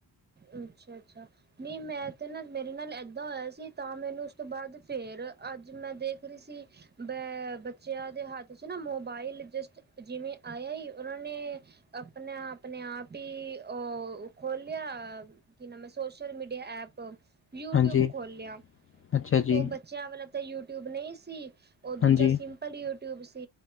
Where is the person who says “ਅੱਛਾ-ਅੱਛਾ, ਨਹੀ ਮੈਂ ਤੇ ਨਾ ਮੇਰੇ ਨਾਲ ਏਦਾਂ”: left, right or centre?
Right